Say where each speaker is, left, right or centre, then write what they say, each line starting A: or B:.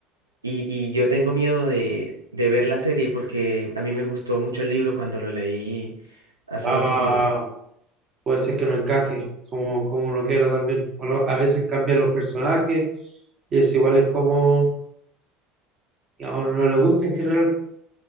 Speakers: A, on the right; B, on the right.
A: Y, y yo tengo miedo de, de ver la serie porque a mí me gustó mucho el libro cuando lo leí hace
B: ah,
A: mucho tiempo.
B: puede ser que no encaje como, como uno quiera también. O no- a veces cambian los personajes y es igual es como a uno no le gusta en general,